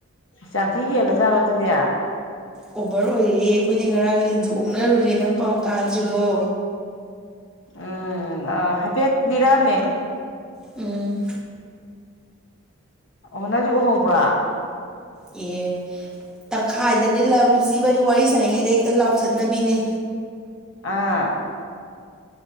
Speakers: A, on the left; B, in the centre.
A: ꯌꯥꯝꯊꯤ ꯍꯦꯜꯂꯖꯥꯠꯔꯣ ꯑꯗꯨꯗꯤ
B: ꯑꯣꯕꯔ ꯑꯣꯏꯔꯦ ꯑꯩꯈꯣꯏꯗꯤ ꯉꯔꯥꯡ ꯂꯤꯟꯁꯨ ꯑꯣꯛꯅꯔꯨꯔꯦ ꯅꯪ ꯄꯥꯎ ꯇꯥꯗ꯭ꯔꯤꯕꯣ
A: ꯎꯝ ꯑ ꯍꯥꯏꯐꯦꯠ ꯂꯤꯔꯛ ꯑꯝꯃꯦ
B: ꯎꯝ
A: ꯑꯣ ꯍꯣ ꯅꯪꯁꯨ ꯎꯍꯧꯕ꯭ꯔꯥ
B: ꯑꯦ ꯇꯪꯈꯥꯏꯗꯅꯦ ꯂꯧ ꯂꯤꯞꯁꯤꯕꯅꯤ ꯋꯥꯔꯤ ꯁꯥꯟꯅꯉꯩꯗ ꯍꯦꯛꯇ ꯂꯥꯎꯊꯠꯅꯕꯤꯅꯦ
A: ꯑꯥ